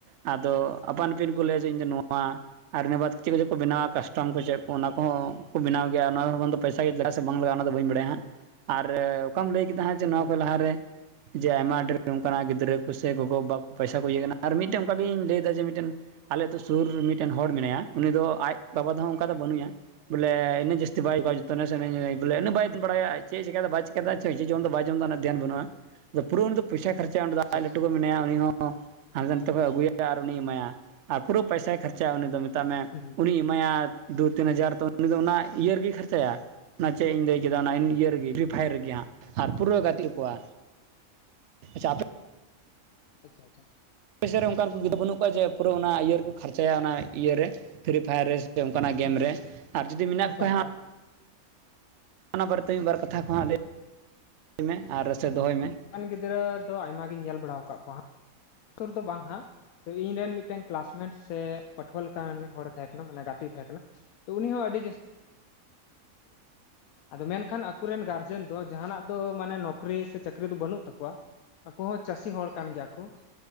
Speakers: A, on the right (about 65°); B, on the left (about 80°).
A: ᱟᱫᱚ ᱟᱯᱟᱱ ᱟᱹᱯᱤᱱ ᱠᱚ ᱞᱟᱹᱭᱟ ᱡᱮ ᱤᱧᱫᱚ ᱱᱚᱣᱟ ᱟᱨ ᱤᱱᱟᱹ ᱵᱟᱫ ᱪᱮᱫ ᱠᱚ ᱪᱮᱫ ᱠᱚ ᱵᱮᱱᱟᱣᱟ ᱠᱟᱥᱴᱚᱢ ᱠᱚ ᱪᱮᱫ ᱠᱚ ᱚᱱᱟ ᱠᱚᱦᱚᱸ ᱠᱚ ᱵᱮᱱᱟᱣ ᱜᱮᱭᱟ ᱚᱱᱟ ᱦᱚᱸ ᱵᱟᱝ ᱫᱚ ᱯᱚᱭᱥᱟ <unintelligible> ᱞᱟᱜᱟᱜ-ᱟ ᱥᱮ ᱵᱟᱝ ᱞᱟᱜᱟᱜᱼᱟ ᱚᱱᱟ ᱫᱚ ᱵᱟᱹᱧ ᱵᱟᱲᱟᱭᱟ ᱦᱟᱸᱜ ᱟᱨ ᱚᱠᱟᱢ ᱞᱟᱹᱭ ᱠᱮᱫᱟ ᱦᱟᱸᱜ ᱡᱮ ᱱᱚᱣᱟ
B: ᱮᱠᱟᱞ
A: ᱠᱚ ᱞᱟᱦᱟᱨᱮ ᱡᱮ ᱟᱭᱢᱟ ᱰᱷᱮᱨ ᱚᱱᱠᱟᱱᱟᱜ ᱜᱤᱫᱽᱨᱟᱹ ᱠᱚᱥᱮ ᱜᱚᱜᱚᱼ ᱯᱚᱭᱥᱟ ᱠᱚ ᱤᱭᱟᱹᱜ ᱠᱟᱱᱟ ᱟᱨ ᱢᱤᱫᱴᱮᱱ ᱚᱱᱠᱟᱜᱤᱧ ᱞᱟᱹᱭᱟ ᱡᱮ ᱢᱤᱫᱴᱮᱱ ᱟᱞᱮ ᱟᱹᱛᱩ ᱥᱩᱨ ᱨᱮ ᱢᱤᱫᱴᱮᱱ ᱦᱚᱲ ᱢᱮᱱᱟᱭᱟ ᱩᱱᱤ ᱫᱚ ᱟᱡ ᱵᱟᱵᱟ ᱫᱚ ᱦᱟᱸᱜ ᱚᱱᱠᱟ ᱫᱚ ᱵᱟᱹᱱᱩᱭᱟ ᱵᱚᱞᱮ ᱤᱱᱟᱹ ᱡᱟᱹᱥᱛᱤ ᱵᱟᱭ ᱛᱚᱱᱮ ᱥᱟᱱᱟᱧ ᱵᱚᱞᱮ ᱩᱱᱟᱜ ᱵᱟᱭ ᱵᱟᱲᱟᱭᱟ ᱪᱮᱫ ᱪᱮᱠᱟᱫᱟ ᱵᱟᱭ ᱪᱤᱠᱟᱫᱟ ᱪᱮᱫ ᱠᱚᱪᱚ ᱢᱚᱢ ᱫᱟ ᱵᱟᱭ ᱡᱚᱢ ᱮᱫᱟ ᱩᱱᱟᱹᱜ ᱫᱷᱭᱟᱱ ᱵᱟᱹᱱᱩᱜᱼᱟ ᱩᱯᱨᱩᱢ ᱫᱚ ᱯᱩᱭᱥᱟᱹ ᱠᱷᱚᱨᱪᱟ ᱚᱰᱮᱸ ᱫᱚ
B: ᱟᱪᱪᱷᱟ
A: ᱟᱡ
B: ᱟᱪᱪᱷᱟ
A: ᱞᱟᱹᱴᱩ ᱠᱚ ᱢᱮᱱᱟᱭᱟ ᱩᱱᱤ ᱦᱚᱸ ᱦᱟᱱᱛᱮ ᱱᱟᱛᱮ ᱠᱷᱚᱱ ᱟᱹᱜᱩᱭᱟ ᱟᱨ ᱩᱱᱤᱭ ᱮᱢᱟᱭᱟ ᱟᱨ ᱯᱩᱨᱟᱹ ᱯᱚᱭᱥᱟᱭ ᱠᱷᱚᱨᱪᱟᱭᱼᱟ ᱩᱱᱤ ᱫᱚ ᱢᱮᱛᱟᱜ ᱢᱮ
B: ᱦᱩᱸ ᱦᱩᱸ
A: ᱩᱱᱤᱭ ᱮᱢᱟᱭᱟ ᱫᱩ ᱛᱤᱱ ᱦᱟᱡᱟᱨ ᱛᱚ ᱩᱱᱤᱫᱚ ᱚᱱᱟ ᱤᱭᱟᱹᱨ ᱨᱮ ᱜᱮᱭ ᱠᱷᱚᱨᱪᱟᱭᱟ ᱚᱱᱟ ᱪᱮᱫ ᱤᱧ ᱞᱟᱹᱭ ᱠᱮᱫᱟ ᱚᱱᱟ ᱤᱭᱟᱹ ᱨᱮᱜᱮ ᱯᱷᱨᱤ ᱯᱷᱟᱭᱟᱨ ᱨᱮᱜᱮ ᱦᱟᱸᱜ ᱟᱨ ᱯᱩᱨᱟᱹ ᱜᱟᱛᱮᱜ ᱟᱜᱩ ᱠᱚᱣᱟ ᱟᱪᱪᱷᱟ ᱟᱯᱮ
B: ᱟᱪᱪᱷᱟ ᱟᱪᱪᱷᱟ
A: ᱯᱮᱥᱮᱫ ᱨᱮ ᱚᱱᱠᱟᱱ ᱠᱩ ᱜᱤᱫᱽᱨᱟᱹ ᱵᱟᱹᱱᱩᱜ ᱠᱚᱣᱟ ᱡᱮ ᱯᱩᱨᱟᱹ ᱚᱱᱟ ᱤᱭᱟᱹ ᱨᱮᱠᱚ ᱠᱷᱚᱨᱪᱟᱭᱟ ᱚᱱᱟ ᱤᱭᱟᱹᱨᱮ ᱯᱷᱤᱨᱤ ᱯᱷᱟᱭᱟᱨ ᱨᱮ ᱚᱱᱠᱟᱱᱟᱜ ᱜᱮᱢ
B: ᱦᱩᱸ ᱦᱩᱸ
A: ᱨᱮ ᱟᱨ ᱡᱩᱫᱤ ᱢᱮᱱᱟᱜ ᱠᱚ
B: ᱮᱠᱟᱞ
A: ᱠᱷᱟᱱ
B: ᱮᱠᱟᱞ
A: ᱦᱟᱸᱜ ᱚᱱᱟ ᱵᱟᱨᱮᱛᱮ ᱢᱤᱫ ᱵᱟᱨ ᱠᱟᱛᱷᱟ ᱠᱚ ᱦᱟᱸᱜ ᱞᱟᱹᱭ ᱢᱮ ᱟᱨ ᱥᱮ ᱫᱚᱦᱚᱭ ᱢᱮ
B: ᱟᱱ ᱠᱟᱱ ᱜᱤᱫᱽᱨᱟᱹ ᱫᱚ ᱟᱭᱢᱟ ᱜᱤᱧ ᱧᱮᱞ ᱵᱟᱲᱟ ᱟᱠᱟᱫ ᱠᱚᱣᱟ ᱟᱛᱩ ᱨᱮ ᱫᱚ ᱵᱟᱝ ᱦᱟᱸᱜ ᱛᱚ ᱤᱧᱨᱮ ᱨᱮᱱ ᱢᱤᱫᱴᱮᱱ ᱠᱮᱞᱟᱥᱢᱮᱴ ᱥᱮ ᱯᱟᱹᱴᱷᱩᱣᱟᱹ ᱞᱮᱠᱟᱱ ᱦᱚᱲ ᱛᱟᱦᱮᱸ ᱠᱟᱱᱟ ᱢᱟᱱᱮ ᱜᱟᱛᱮ ᱛᱟᱦᱮᱸ ᱠᱟᱱᱟ ᱛᱚ ᱩᱱᱤ ᱦᱚᱸ ᱟᱹᱰᱤ ᱡᱟᱹᱥᱛᱤ ᱟᱫᱚ ᱢᱮᱱᱠᱷᱟᱱ ᱟᱠᱩᱨᱮᱱ ᱜᱟᱨᱡᱮᱱ ᱫᱚ ᱡᱟᱦᱟᱱᱟᱜ ᱫᱚ ᱢᱟᱱᱮ ᱱᱚᱠᱨᱤ ᱥᱮ ᱪᱟᱹᱠᱨᱤ ᱪᱟᱹᱠᱨᱤ ᱫᱚ ᱵᱟᱹᱱᱩᱜ ᱛᱟᱠᱚᱣᱟ ᱟᱠᱚ ᱦᱚᱸ ᱪᱟᱹᱥᱤ ᱦᱚᱲ ᱠᱟᱱ ᱜᱮᱭᱟ ᱠᱚ